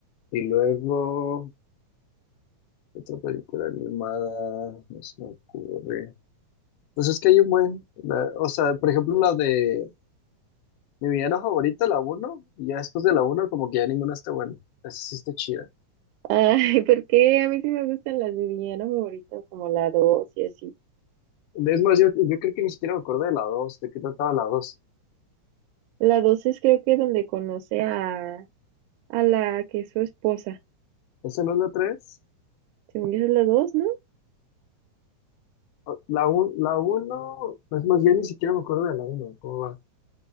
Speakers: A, on the left; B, on the right.
A: y luego, otra película animada, no se me ocurre. Pues es que hay un buen, la- o sea, por ejemplo, la de mi villano favorita, la uno y ya después de la uno como que ya ninguna está buena, esa sí está chida.
B: Ay, porque a mí sí me gustan las de villano favorito, como la 2 y así.
A: Es más, yo, yo creo que ni siquiera me acuerdo de la dos de qué trataba la dos
B: La 2 es creo que donde conoce a, a la que es su esposa.
A: ¿Esa no es la 3?
B: Según yo esa es la dos, ¿no?
A: La un la uno es más, yo ni siquiera me acuerdo de la 1,